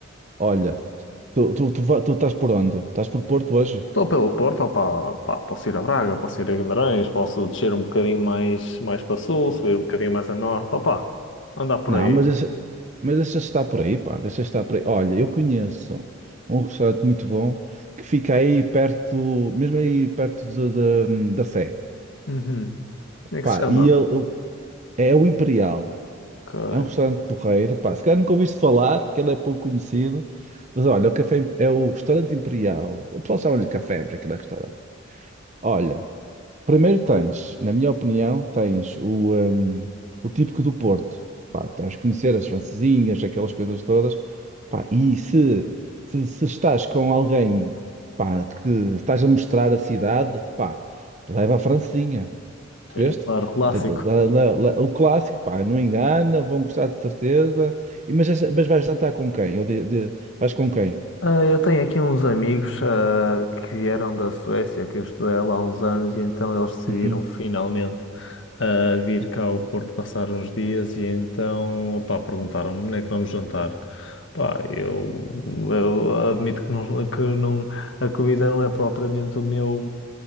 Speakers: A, on the right (about 35°); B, on the left (about 70°).
A: Olha, tu, tu, tu, va- tu estás por onde? Estás por Porto hoje?
B: Estou pelo Porto, opá, pá, posso ir a Braga, posso ir a Guimarães, posso descer um bocadinho mais, mais para sul, subir um bocadinho mais a norte, opá, andar por
A: Não,
B: aí.
A: mas essa, mas essa está por aí, pá, deixa estar por aí. Olha, eu conheço um restaurante muito bom que fica aí perto, mesmo aí perto de- de- da Sé.
B: Uhum. Como é que
A: Pá,
B: se chama?
A: e ele, ele- é o Imperial.
B: Que,
A: É um restaurante porreiro, pá. Se calhar nunca ouviste falar, que ele é pouco conhecido. Mas olha, o café é o restaurante Imperial. O pessoal chama-lhe café, porque aquilo é restaurante. Olha. Primeiro tens, na minha opinião, tens o, hum, o típico do Porto. Pá, tens de conhecer as francesinhas, aquelas coisas todas. Pá, e se, se, se estás com alguém, pá, que estás a mostrar a cidade, pá, leva a francesinha. Percebeste?
B: sim, claro, clássico.
A: Da- da- da- da- da- o clássico, pá, não engana, vão gostar de certeza. E, mas, essa- mas vais jantar com quem? Ou de- de- vais com quem?
B: Ah, eu tenho aqui uns amigos, ah, que vieram da Suécia, que eu estudei lá há uns anos, e então eles decidiram
A: Hum.
B: finalmente, ah, vir cá ao Porto passar uns dias, e então, pá, perguntaram-me onde é que vamos jantar. Pá, eu, eu admito que não, que não, a comida não é propriamente o meu,